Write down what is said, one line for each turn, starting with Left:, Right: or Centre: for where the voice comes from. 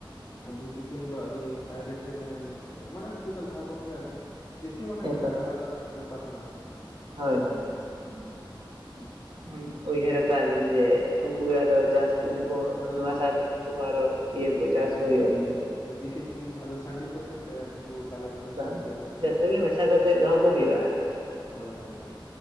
Left: ᱫᱤᱥᱤ ᱥᱤᱢ ᱫᱚ ᱟᱹᱰᱤ ᱦᱟᱭᱨᱮᱴ ᱨᱮᱠᱤᱱ ᱢᱟᱱᱮ ᱩᱱᱠᱩ ᱫᱚ ᱞᱟᱦᱟ ᱠᱷᱚᱱᱜᱮ ᱟᱹᱰᱤ ᱫᱤᱥᱤ ᱢᱟᱱᱮ ᱢᱤᱫᱴᱟᱝ
Right: ᱮᱠᱟᱞ
Left: ᱟᱞᱟᱫᱟ ᱵᱮᱯᱟᱨ ᱢᱮᱱᱟᱜᱼᱟ ᱥᱮ᱾
Right: ᱦᱳᱭ ᱦᱳᱭ᱾ ᱩᱭᱦᱟᱹᱨ ᱟᱠᱟᱜ ᱞᱤᱧ ᱡᱮ ᱩᱱᱠᱩᱜᱮ ᱟᱫᱚ ᱪᱟᱥ ᱠᱚ ᱩᱱᱠᱩ
Left: ᱟᱫᱚ
Right: ᱱᱚᱣᱟ ᱥᱟᱶᱛᱮ ᱩᱱᱠᱩ ᱦᱚᱸ ᱟᱨᱚ ᱤᱭᱟᱹ
Left: ᱦᱳᱭ
Right: ᱠᱚ
Left: ᱦᱳᱭ
Right: ᱪᱟᱥ
Left: ᱢᱟᱱᱮ
Right: ᱠᱚ ᱦᱩᱭᱩᱜᱼᱟ ᱢᱮᱱᱛᱮ
Left: ᱟᱫᱚ ᱫᱤᱥᱤ ᱥᱤᱢ ᱟᱫᱚ ᱥᱟᱸᱰᱤ ᱠᱚᱥᱮ ᱥᱮ ᱩᱱᱠᱩ ᱠᱟᱞᱚᱴ? ᱠᱚ
Right: ᱵᱟᱝ
Left: ᱥᱮ ᱮᱱᱠᱟ
Right: ᱡᱮᱛᱮ ᱜᱮ ᱢᱮᱥᱟ ᱠᱟᱛᱮᱜ ᱫᱚᱦᱚ ᱠᱚ ᱦᱩᱭᱩᱜᱼᱟ᱾
Left: ᱟᱪ ᱦᱳᱭ ᱦᱳᱭ ᱦᱳᱭ